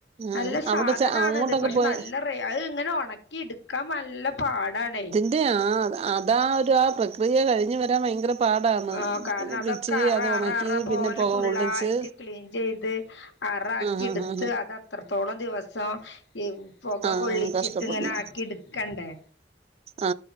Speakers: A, on the left; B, on the right.
A: നല്ല
B: ആഹ്
A: സാധനാ
B: അവിടെ ച അങ്ങോട്ടൊക്കെ
A: ണത് പക്ഷെ
B: പോയ
A: നല്ല റൈറ്റ് അത് ഇങ്ങനെ ഉണക്കി എടുക്കാൻ നല്ല പാടാണേ
B: അതെ ആഹ് അതാ ഒരു ആഹ് പ്രക്രിയ കഴിഞ്ഞഞ് വരാൻ ഭയങ്കര പാടാണ്
A: ആഹ് കാരണം അതൊക്കെ
B: പിച്ചി
A: അറ
B: അത്
A: അറ
B: ഉണക്കി
A: അറ പോലെ
B: പിന്നെ പുക
A: ഫുള്ളായിട്ട്
B: കൊള്ളിച്ച്
A: ക്ലീൻ ചെയ്ത്- അറാക്കി
B: ആ ആ
A: എടുത്ത്
B: ആ
A: അത് അത്രത്തോളം ദിവസം പുക
B: ആ ആ
A: കൊള്ളിച്ചിട്ട്
B: കഷ്ടപ്പെടണം
A: ഇങ്ങനെ ആക്കി എടുക്കണ്ടേ?
B: ആ